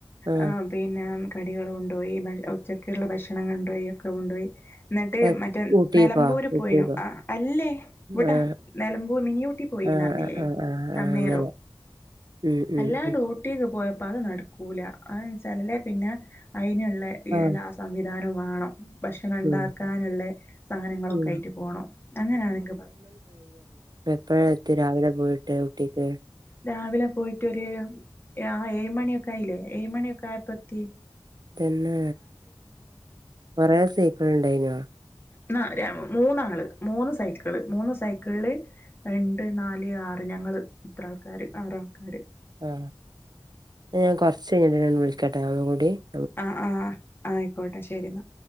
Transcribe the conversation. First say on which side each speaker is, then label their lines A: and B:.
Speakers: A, on the right; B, on the left.
A: ആഹ്
B: ഏ പിന്നെ കടികള് കൊണ്ടോയി ബൽ ഉച്ചക്ക്‌ള്ള ഭക്ഷണം കൊണ്ടോയി ഒക്കെ കൊണ്ടോയി എന്നിട്ട്
A: എ
B: മറ്റേ
A: ഊട്ടിക്കോ
B: നെലമ്പൂര്
A: ഊട്ടിക്കോ
B: പോയിനു ആ അല്ലേ ഇവ്ടാ
A: ആഹ്
B: നെല മിനി ഊട്ടി പോയിന്ന്റ്ഞ്ഞില്ലേ
A: ആഹ് ആഹ് ആഹ് ആഹ്
B: അന്നേരം
A: അങ്ങനെ ഉം ഉം
B: അല്ലാണ്ട്
A: ഉം
B: ഊട്ടി പോയപ്പോ അത് നടക്കൂല അത്ച്ചാ അല്ലേ പിന്നെ അയിന്ള്ളേ
A: ആഹ്
B: എല്ലാ സംവിധാനു വാ ണം ഭക്ഷണണ്ടാക്കാന്ള്ള
A: ഉം
B: സാധനങ്ങളൊക്കെ
A: ഉം
B: ആയിട്ട് പോണം അങ്ങനെയാണെങ്കി
A: എപ്പോഴത്തി രാവിലെ പോയിട്ട് ഊട്ടിക്ക്
B: രാവിലെ പോയിട്ടോര് ആ ഏഴ് മണിയൊക്കെ ആയില്ലേ ഏഴ് മണിയൊക്കെ ആയപ്പോ എത്തി
A: തന്നെ കൊറെ സൈക്കള്ണ്ടായിനോ
B: ന്നാ ആ മൂന്നാള് മൂന്ന് സൈക്കള് മൂന്ന് സൈക്കള്ല് രണ്ട് നാല് ആറ് ഞങ്ങള് ഇത്ര ആള്ക്കാര് ആറാൾക്കാര്
A: ആ ഞാൻ കൊറച്ചഴിഞ്ഞിട്ടെന്നെ വിളിക്കട്ടോ ഒന്നുംകൂടിം
B: ആ ആഹ് ആയിക്കോട്ടെ ശെരിന്നാ